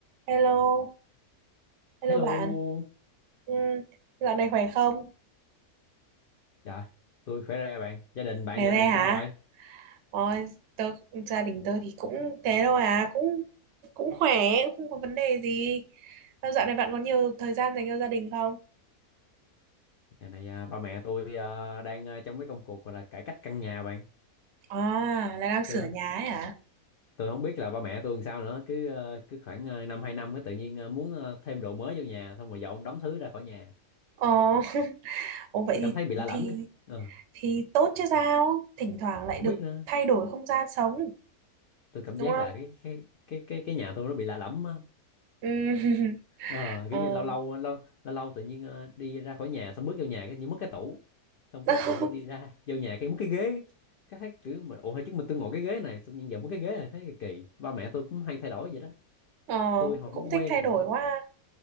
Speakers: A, on the right; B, on the left.
A: Hello, hello
B: Hello,
A: bạn. Ừ, dạo này khỏe không?
B: dạ, tôi khỏe đây bạn. Gia đình bạn
A: Khỏe
B: dạo
A: re
B: này
A: hả?
B: sao rồi?
A: Ôi, tớ, gia đình tớ thì cũng thế thôi à, cũng cũng khỏe, cũng không có vấn đề gì. Sao dạo này bạn có nhiều thời gian dành cho gia đình không?
B: Dạo này à, ba mẹ tôi à, đang à, trong mấy công cuộc gọi là cải cách căn nhà bạn.
A: À, là đang sửa
B: Tôi
A: nhà ấy hả?
B: tôi không biết là ba mẹ tôi làm sao nữa. Cứ à, cứ khoảng à, năm hai năm cái tự nhiên à, muốn à, thêm đồ mới vô nhà, xong rồi dọn đóng thứ ra khỏi nhà.
A: Ồ, <laughs> ồ vậy
B: Tôi
A: thì
B: cảm thấy bị lạ lẫm.
A: thì
B: Ờ,
A: thì tốt chứ sao? Thỉnh thoảng lại
B: không
A: được
B: biết nữa.
A: thay đổi không gian sống,
B: Tôi cảm
A: đúng
B: giác
A: không?
B: là cái cái cái cái cái nhà tôi nó bị lạ lẫm á.
A: Ừ, <laughs>
B: ờ
A: ờ,
B: kiểu như lâu lâu lâu lâu lâu tự nhiên ờ, đi ra khỏi nhà xong bước vô nhà cái như mất cái tủ xong
A: <laughs>
B: cái tự nhiên đi ra vô nhà cái mất cái ghế cái thấy kiểu mình ủa hồi trước mình tôi ngồi cái ghế này xong nhưng giờ mất cái ghế này thấy kỳ kỳ ba mẹ tôi cũng hay thay đổi vậy đó
A: ờ,
B: tôi không
A: cũng
B: có quen
A: thích thay đổi
B: bạn ơi
A: quá.